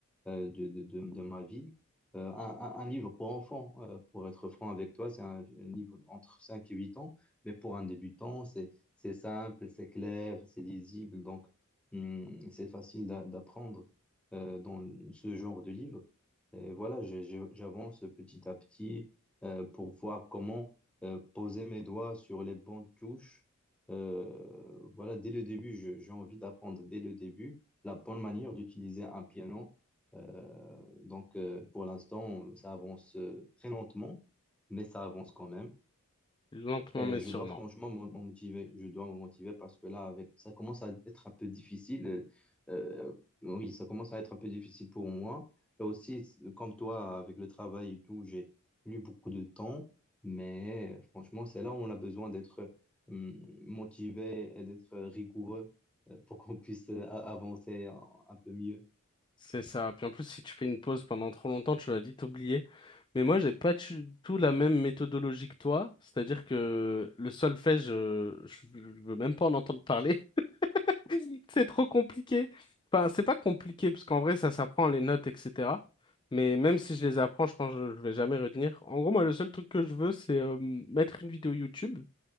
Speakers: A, in the centre; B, on the left (about 20°).
A: euh, de, de de- de ma ville. Euh, un, un- un livre pour enfants, euh, pour être franc avec toi, c'est un, un livre entre 5 et 8 ans, mais pour un débutant, c'est c'est simple, c'est clair, c'est lisible, donc hum, c'est facile d'a- d'apprendre euh, dans ce genre de livre. Et voilà, je- je- j'avance petit à petit euh, pour voir comment euh, poser mes doigts sur les bonnes touches. Euh, voilà, dès le début, je- j'ai envie d'apprendre dès le début la bonne manière d'utiliser un piano. Euh, donc, euh, pour l'instant, ça avance euh, très lentement, mais ça avance quand même.
B: Lentement
A: Et
B: mais
A: je
B: sûrement.
A: dois franchement me me motiver. Je dois me motiver parce que là, avec ça commence à être un peu difficile. Euh, euh, oui, ça commence à être un peu difficile pour moi. Et aussi, c- comme toi, avec le travail et tout, j'ai plus beaucoup de temps. Mais euh, franchement, c'est là où on a besoin d'être euh, motivé et d'être rigoureux euh, pour qu'on puisse euh, a- avancer un un peu mieux.
B: C'est ça. Puis en plus, si tu fais une pause pendant trop longtemps, tu vas vite oublier. Mais moi, j'ai pas du tout la même méthodologie que toi. C'est-à-dire que le solfège, je, je, je veux même pas en entendre parler. <laughs> C'est trop compliqué. Enfin, c'est pas compliqué, parce qu'en vrai, ça s'apprend les notes, etc. Mais même si je les apprends, je pense que je vais jamais retenir. En gros, moi, le seul truc que je veux, c'est euh, mettre une vidéo YouTube,